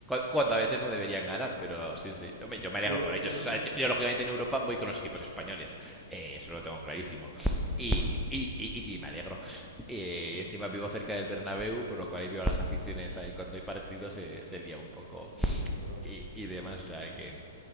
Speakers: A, in the centre; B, on the right.
A: cuántas veces no deberían ganar, pero sí, sí. Yo me, yo me alegro
B: Yo,
A: por
B: yo
A: ellos.
B: la
A: O sea, yo, yo, lógicamente, en Europa voy con los equipos españoles. Eh, eso lo tengo clarísimo. Y, y, y, y me alegro. Eh, encima vivo cerca del Bernabéu, por lo cual ahí veo a las aficiones ahí. Cuando hay partidos se, se lía un poco
B: envidia, bro.
A: y y, demás. O sea, que